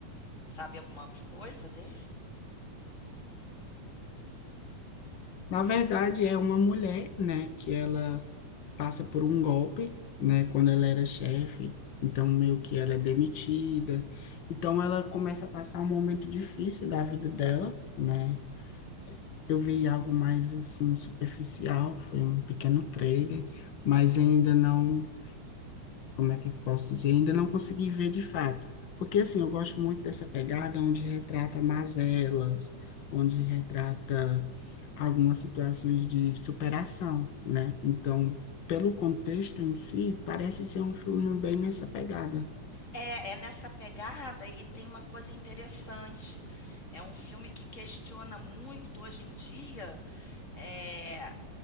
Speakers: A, on the left; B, on the left.
A: Sabe alguma coisa dele?
B: Na verdade, é uma mulher, né, que ela passa por um golpe, né, quando ela era chefe, então meio que ela é demitida. Então ela começa a passar um momento difícil da vida dela, né? Eu vi algo mais assim superficial, que foi um pequeno trailer, mas ainda não como é que eu posso dizer? Ainda não consegui ver de fato. Porque, assim, eu gosto muito dessa pegada onde retrata mazelas, onde retrata algumas situações de superação, né? Então, pelo contexto em si, parece ser um filme bem nessa pegada.
A: É, é nessa pegada e tem uma coisa interessante. É um filme que questiona muito hoje em dia é,